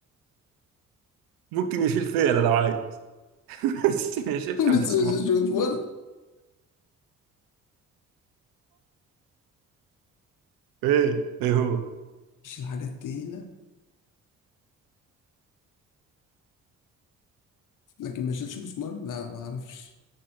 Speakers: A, on the right; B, on the left.
A: ممكن يشيل فيلة لو عايز <laughs> بس ما يشيلش
B: <laughs> ما
A: مسمار
B: يشيلش مسمار
A: ايه ايه هو
B: اشيل حاجات تقيلة لكن ما اشيلش مسمار لا ما اعرفش